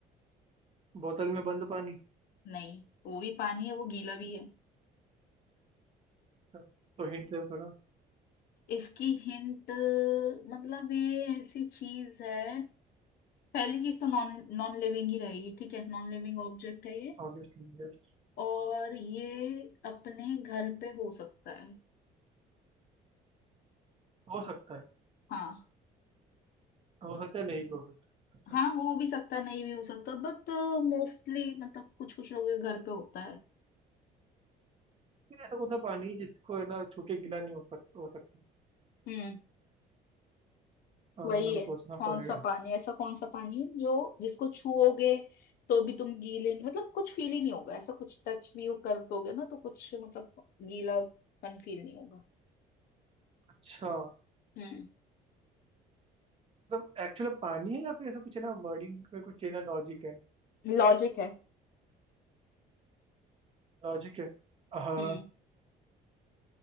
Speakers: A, on the right; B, on the left.
A: बोतल में बंद पानी
B: नहीं वो भी पानी है वो गीला भी है
A: हाँ, तो हिंट दे थोड़ा
B: इसकी हिंट मतलब ये ऐसी चीज है पहली चीज तो नॉन नॉन लिविंग ही रहेगी ठीक है नॉन लिविंग ऑब्जेक्ट है ये
A: Obviously yes
B: और ये अपने घर पे हो सकता है
A: हो सकता है
B: हाँ
A: हो सकता है नहीं भी हो सकता है अच्छा
B: हाँ हो भी सकता है नहीं भी हो सकता बट मोस्टली मतलब कुछ कुछ लोगों के घर पे होता है
A: फिर ऐसा कौन सा पानी है जिसको है ना छू के गीला नहीं हो सकता हो सकता है?
B: हम्म
A: अ,
B: वही
A: मेरे को
B: है
A: सोचना
B: कौन
A: पड़ेगा
B: सा पानी ऐसा कौन सा पानी है जो जिसको छुओगे तो भी तुम गीले मतलब कुछ फील ही नहीं होगा ऐसा कुछ टच भी वो कर दोगे ना तो कुछ मतलब गीलापन फील नहीं होगा
A: अच्छा
B: हम्म
A: मतलब एक्चुअल पानी है या फिर ऐसा कुछ है ना वर्डिंग में कुछ है ना लॉजिक है
B: लॉजिक है
A: लॉजिक है हाँ,
B: हम्म